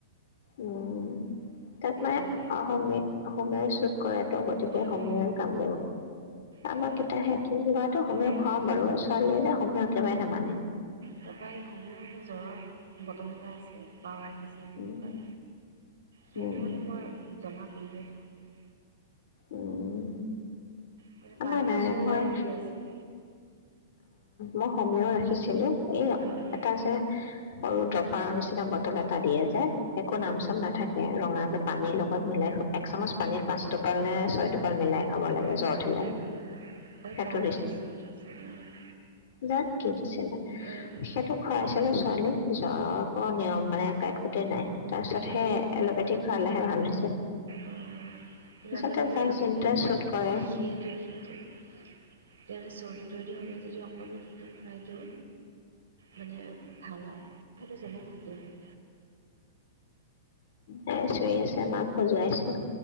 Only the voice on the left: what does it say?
উম তাত মানে
অমে অমে কৰাটো গতিকে
সময়ৰ কাম
আমাক কেতা সে কি লটো হমেও
খুৱাওঁ বাৰু ছোৱালীয়ে জ মানে একেবাৰে নামানে
উম,
উম,
উম
আমাৰ
নাই
মই
মই সমীয় ৰাখিছিলোঁ এই
এটা যে সৰু ড্ৰপাৰৰ নিচিনা বটল এটা দিয়ে যে একো নাম চাম নাথাকে ৰঙাকে পানীৰ লগত মিলাই এক চামুচ পানী পাঁচ টোপাল নে ছয় টোপাল মিলাই খাব লাগে।
জ্বৰ উঠিলে সেইটো <unintelligible>
সেটো খুৱাইছিলো ছোৱালীক জ্বৰক অ নিয়ম মানে কাইত কোটেই নাই তাৰপিছত
সে
এলোপেথিক খালে হে ভাল হৈছে।
আচলতে
যাক যোনটোৱে চুট কৰে
হে চিয়ৰি আছে। মাক খজুৱাইছে।